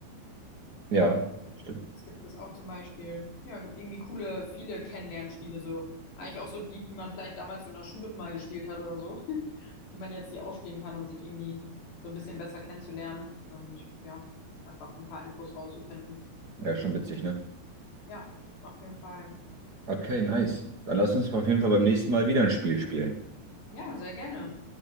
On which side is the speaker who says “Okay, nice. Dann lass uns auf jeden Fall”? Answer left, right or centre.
Right